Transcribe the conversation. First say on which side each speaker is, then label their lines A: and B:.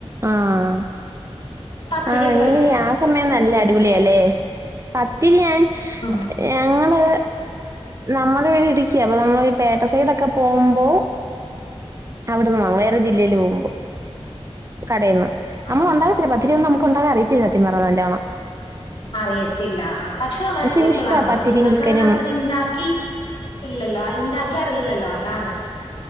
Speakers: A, on the right; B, on the left.
A: ആഹ്
B: പത്തിരിയൊക്കെ
A: ആഹ് ഇങ്ങനെ
B: കഴിച്ചിട്ടുണ്ടോ
A: ഈ ആഹ് സമയം
B: പത്തിരി
A: നല്ല അടിപൊളിയാല്ലേ? പത്തിരി ഞാൻ
B: ആഹ്
A: ഞങ്ങള്. നമ്മളെ ടിക്ക്യാ അപ്പോ നമ്മളീ പേട്ട സൈഡൊക്കെ പോവുമ്പോ. അവിട്ന്ന് വാങ്ങും വേറെ ജില്ലേല് പോവുംമ്പോ കടേന്ന് നമ്മളൊണ്ടാ
B: ആഹ്
A: ത്തില്ല പത്തിരിയൊന്നും നമുക്കുണ്ടാക്കാൻ അറിയത്തില്ലാ സത്യം പറ്ഞ്ഞാ നല്ലോണം.
B: അറിയത്തില്ല ആഹ് പക്ഷെ വളരെ സിമ്പിളാണ്
A: എനിക്കിഷ്ടാ പത്തിരിയും
B: നിങ്ങൾക്ക്
A: ചിക്കനും
B: അങ്ങനെ അത്രണ്ടാക്കി. ഇല്ലല്ലോ ഇണ്ടാക്കി അറിയില്ലല്ലോ അതാണ്.